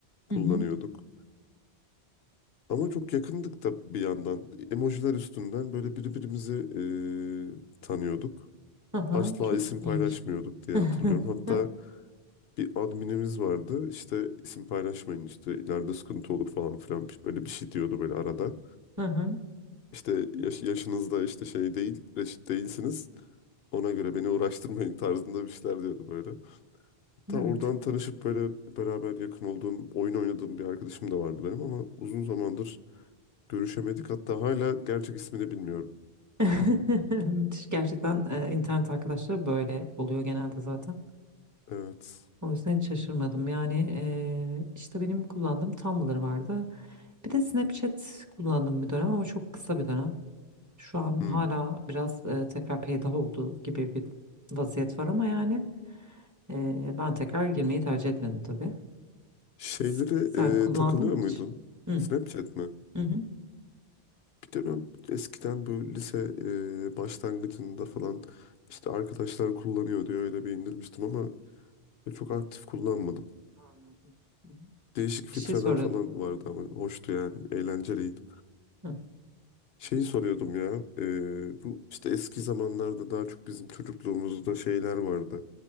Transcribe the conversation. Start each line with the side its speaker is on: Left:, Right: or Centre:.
Left: kullanıyorduk.
Right: Hı hı.
Left: Ama çok yakındık da bir yandan. Emojiler üstünden böyle birbirimizi e, tanıyorduk.
Right: Aha,
Left: Asla
Right: çok
Left: isim
Right: iyiymiş.
Left: paylaşmıyorduk diye
Right: <laughs>
Left: hatırlıyorum. Hatta bir adminimiz vardı. İşte isim paylaşmayın işte ileride sıkıntı olur falan filan böyle bir şey diyordu böyle arada.
Right: Aha,
Left: İşte yaş, yaşınızda işte şey değil, reşit değilsiniz. Ona göre beni uğraştırmayın tarzında bir şeyler diyordu böyle. Ta
Right: evet.
Left: oradan tanışıp böyle beraber yakın olduğum, oyun oynadığım bir arkadaşım da vardı benim ama uzun zamandır görüşemedik. Hatta hala gerçek ismini bilmiyorum.
Right: <laughs> Müthiş gerçekten e, internet arkadaşları böyle oluyor genelde zaten.
Left: Evet.
Right: O yüzden hiç şaşırmadım. Yani e, işte benim kullandığım Tumblr vardı. Bir de Snapchat kullandım bir dönem ama çok kısa bir dönem. Şu an
Left: Hmm.
Right: hala biraz e, tekrar peydah oldu gibi bir vaziyet var ama yani e, ben tekrar girmeyi tercih etmedim tabii.
Left: Şeyleri
Right: S- Sen kullandın
Left: e, takılıyor
Right: mı
Left: muydun?
Right: hiç? Hı.
Left: Snapchat mi?
Right: Hı hı.
Left: Bir dönem eskiden böyle lise e, başlangıcında falan işte arkadaşlar kullanıyor diye öyle bir indirmiştim ama çok aktif kullanmadım.
Right: Anladım. Hı hı.
Left: Değişik filtreler
Right: Bir şey soruyordum.
Left: falan vardı ama hoştu yani. Eğlenceliydi.
Right: Hı.
Left: Şeyi soruyordum ya. e, bu işte eski zamanlarda daha çok bizim çocukluğumuzda şeyler vardı.